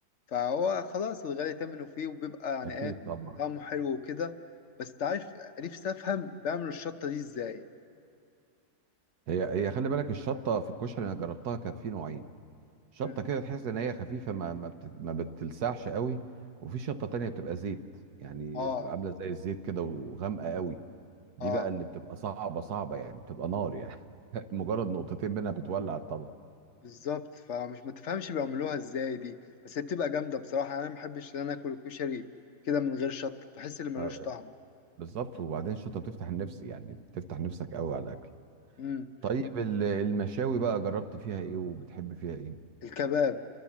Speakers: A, on the left; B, on the right.
A: فهو خلاص الغالي ثمنه فيه وبيبقى يعني
B: اكيد
A: ايه
B: طبعا
A: طعمه حلو وكده بس انت عارف نفسي افهم بيعملوا الشطة دي ازاي
B: هي هي خلي بالك الشطه في الكشري انا جربتها كانت في نوعين شطه
A: مم.
B: كده تحس ان هي خفيفه ما ما, بت... ما بتلسعش قوي وفي شطه تانية بتبقى زيت يعني
A: اه
B: بتبقى عامله زي الزيت كده وغامقه قوي دي
A: اه
B: بقى اللي بتبقى صعبه صعبه يعني بتبقى نار يعني <laughs> مجرد نقطتين منها بتولع الطبق
A: بالظبط فمش ما تفهمش بيعملوها ازاي دي بس هي بتبقى جامدة بصراحة يعني انا ما بحبش ان انا اكل الكشري كده من غير شطة بحس ان ملوش
B: آه،
A: طعم
B: بالظبط وبعدين الشطه بتفتح النفس يعني بتفتح نفسك قوي على الاكل
A: مم.
B: طيب ال- المشاوي بقى جربت فيها ايه وبتحب فيها ايه
A: الكباب